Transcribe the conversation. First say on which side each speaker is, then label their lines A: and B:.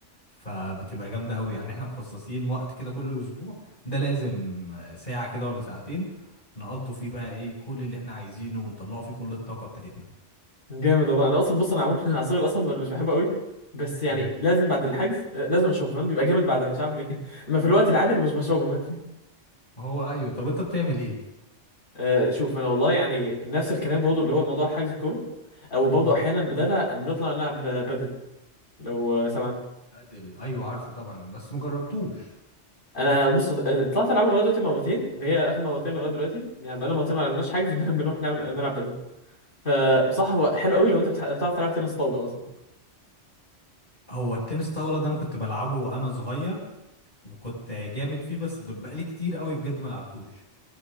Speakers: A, on the left; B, on the left.
A: فبتبقى جامده قوي يعني احنا مخصصين وقت كده كل اسبوع ده لازم آه، ساعه كده ولا ساعتين نقضوا فيه بقى ايه كل اللي احنا عايزينه ونطلعوا فيه كل الطاقه بتاعتنا
B: جامد والله انا اصلا بص انا عموما <laughs> عصير القصب انا مش بحبه قوي بس يعني
A: امم
B: لازم بعد الحجز آه، لازم اشربه فاهم بيبقى جامد بعدها مش عارف ليه <laughs> اما في الوقت العادي انا مش بشربه فاهم
A: هو ايوه طب انت بتعمل ايه
B: آه، شوف انا والله يعني نفس الكلام برضه اللي هو موضوع حجز الكوره او برضه
A: امم
B: احيانا بدالها بنطلع نلعب بدل لو آه، سمعت
A: ادل ايوه عارفه طبعا بس مجربتوش
B: انا بص آه، طلعت العب لغايه دلوقتي مرتين اللي هي اخر مرتين لغايه دلوقتي يعني بقالنا مرتين ما لعبناش حجز <laughs> ودايما بنروح نعمل نلعب بدل فبصح هو حلو قوي لو انت بتح- بتعرف تلعب تنس طاوله اصلا
A: هو التنس طاولة ده انا كنت بلعبه وانا صغير وكنت جامد فيه بس ده بقالي كتير قوي بجد ما لعبتوش